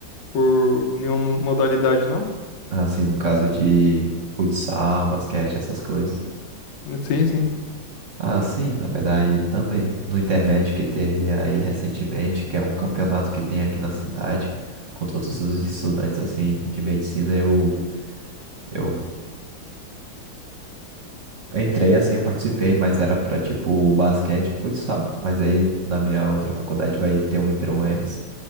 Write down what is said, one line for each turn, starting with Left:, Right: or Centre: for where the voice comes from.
Left: por nenhuma modalidade, não?
Right: Assim, no caso de futsal, basquete, essas coisas.
Left: Sim, sim.
Right: Ah, sim, na verdade também. No Intermédio que teve aí recentemente, que é um campeonato que tem aqui na cidade, com todos os estudantes assim de medicina, eu eu Eu entrei assim, eu participei, mas era pra tipo basquete e futsal. Mas aí na minha outra faculdade vai ter o Inter-UEMS,